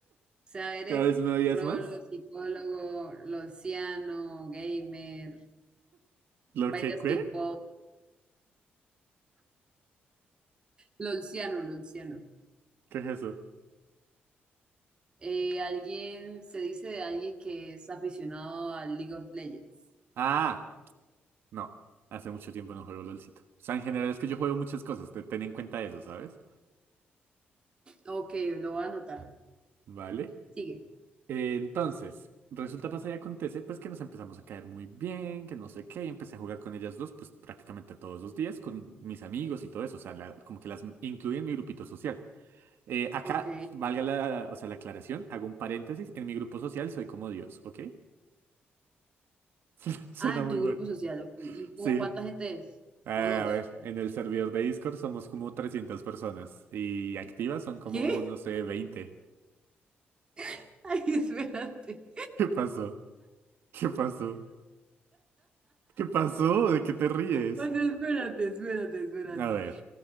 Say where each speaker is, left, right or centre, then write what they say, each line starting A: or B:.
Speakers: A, on the right (about 25°); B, on the right (about 70°).
A: sea, eres
B: ¿Cada vez me odias
A: rolo,
B: más?
A: psicólogo, lolciano, gamer,
B: ¿Lo
A: bailas
B: que qué?
A: K-pop, lolciano, lolciano.
B: ¿Qué es eso?
A: Eh, alguien, se dice de alguien que es aficionado al League of Legends.
B: Ah. No, hace mucho tiempo no juego LOLcito. O sea, en general es que yo juego muchas cosas, te- ten en cuenta eso, ¿sabes?
A: Ok, lo voy a anotar.
B: Vale.
A: Sigue.
B: Eh, Entonces, resulta, pasa y acontece, pues que nos empezamos a caer muy bien, que no sé qué, y empecé a jugar con ellas dos, pues prácticamente todos los días, con mis amigos y todo eso, o sea, la- como que las incluí en mi grupito social. Eh, acá,
A: Ok.
B: valga la, o sea, la aclaración, hago un paréntesis, en mi grupo social soy como Dios, ¿ok? <laughs> Suena
A: Ah, en
B: muy
A: tu
B: mal.
A: grupo social, ok. ¿Y
B: Sí,
A: como cuánta gente es?
B: Eh,
A: ¿O dos?
B: a ver, en el servidor de Discord somos como 300 personas y activas son como,
A: ¿Qué?
B: no sé, 20.
A: <laughs> Ay, espérate.
B: <laughs> ¿Qué pasó? ¿Qué pasó? ¿Qué pasó? ¿De qué te ríes?
A: No, no, espérate, espérate, espérate.
B: A ver,